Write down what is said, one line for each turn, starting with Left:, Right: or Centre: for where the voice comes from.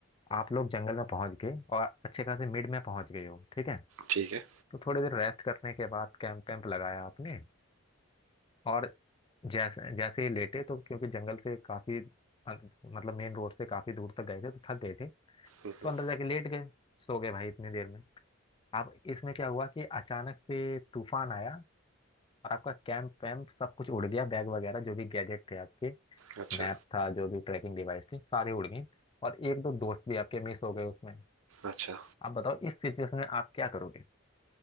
Left: आप लोग जंगल में पहुंच गए और अच्छे खासे मिड में पहुंच गए हो ठीक है
Right: ठीक है
Left: तो थोड़ी देर रेस्ट करने के बाद कैंप वैम्प लगाया आपने और जैसे जैसे ही लेटे तो क्योंकि जंगल से काफी अं- मतलब मेन रोड से काफी दूर तक गए थे तो थक गए थे
Right: हम्म, हम्म,
Left: तो अंदर जाके लेट गए सो गए भाई इतनी देर में अब इसमें क्या हुआ कि अचानक से तूफान आया और आपका कैंप वैम्प सब कुछ उड़ गया बैग वगैरह जो भी गैजेट थे आपके
Right: अच्छा
Left: मैप था जो भी ट्रैकिंग डिवाइस थी सारे उड़ गए और एक दो दोस्त भी आपके मिस हो गए उसमें
Right: अच्छा
Left: आप बताओ इस सिचुएशन में आप क्या करोगे